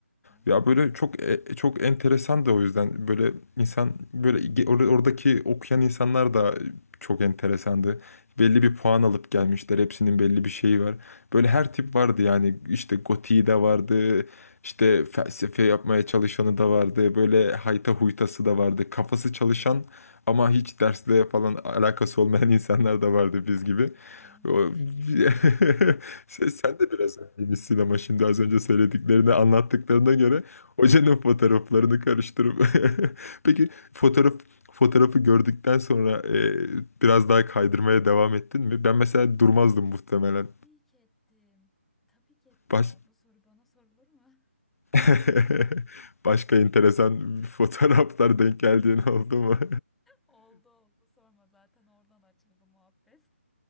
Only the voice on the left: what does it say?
Ya böyle çok e, çok enteresan da o yüzden böyle insan böyle ge- or- oradaki okuyan insanlar da çok enteresandı. Belli bir puan alıp gelmişler. Hepsinin belli bir şeyi var. Böyle her tip vardı yani. İşte gotiği de vardı. İşte felsefe yapmaya çalışanı da vardı. Böyle hayta huytası da vardı. Kafası çalışan ama hiç dersle falan alakası olmayan <laughs> insanlar da vardı biz gibi.
O- <laughs> Sen, sen de biraz gibisin ama şimdi
az önce söylediklerini anlattıklarına göre hocanın fotoğraflarını karıştırıp <laughs>
peki fotoğraf fotoğrafı gördükten sonra e, biraz daha kaydırmaya devam ettin mi? Ben mesela durmazdım muhtemelen.
Baş...
<laughs> Başka enteresan fotoğraflar
denk geldiğin oldu mu?